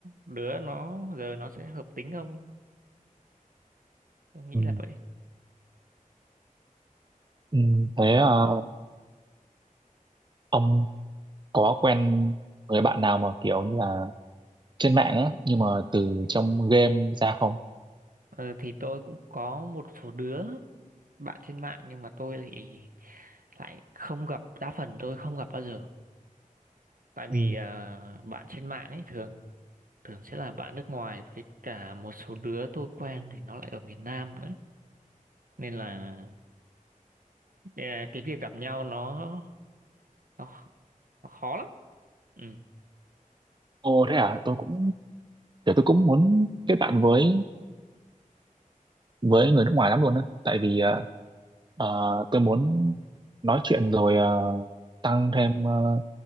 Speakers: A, on the right (about 75°); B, on the right (about 35°).
A: đứa nó giờ nó sẽ hợp tính ông tôi nghĩ
B: ừ.
A: là vậy
B: Ừ, thế ờ, ông có quen người bạn nào mà kiểu như là trên mạng á nhưng mà từ trong game ra không?
A: ờ, thì tôi cũng có một số đứa bạn trên mạng nhưng mà tôi thì lại không gặp đa phần tôi không gặp bao giờ tại vì
B: Ừ.
A: à, bạn trên mạng ấy thường thường sẽ là bạn nước ngoài với cả một số đứa tôi quen thì nó lại ở miền Nam nữa nên là à, cái việc gặp nhau nó nó, nó khó lắm ừ
B: Ồ thế à, tôi cũng kiểu tôi cũng muốn kết bạn với với người nước ngoài lắm luôn á, tại vì ờ, ờ, tôi muốn nói chuyện rồi ờ, tăng thêm ờ,